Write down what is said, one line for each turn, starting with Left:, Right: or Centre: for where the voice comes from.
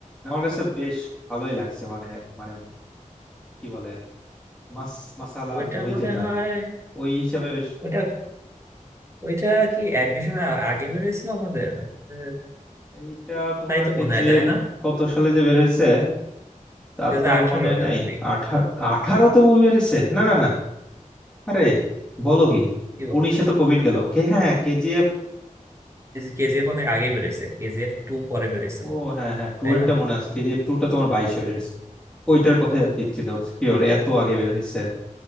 Centre: আমার কাছে বেশ ভালোই লাগছে মানে মানে কি বলে মাস মাসালা
Right: ওইটা
Centre: মুভি
Right: মনে
Centre: যেটা
Right: হয়
Centre: ওই হিসাবে বেশ
Right: ওইটা ওইটা কি অ্যাডমিশন আগে বেরিয়েছিল আমাদের আহ,
Centre: এইটা তোমার
Right: তাই তো
Centre: কেজিএফ
Right: মনে হয় তাই না
Centre: কত সালে যে বের হয়েছে তা
Right: দু হাজার
Centre: তো
Right: আঠারোতে
Centre: মনে নাই
Right: মেবি
Centre: আঠারো আঠারোতে
Right: হ্যাঁ
Centre: মুভি বেরিয়েছে না না না আরে বলো কি
Right: কি বলো
Centre: উনিশে তো কোভিড গেল ওকে হ্যাঁ কেজিএফ
Right: কেজিএফ অনেক আগে বেরিয়েছে কেজিএফ টু পরে বেরিয়েছে
Centre: ও হ্যাঁ হ্যাঁ টু
Right: তাই
Centre: এরটা
Right: না
Centre: মনে আছে কেজিএফ টু টা তোমার বাইশে বেরিয়েছে ওইটার কথাই আর কি চিন্তা করছি কি ওর এত আগে বের হয়েছে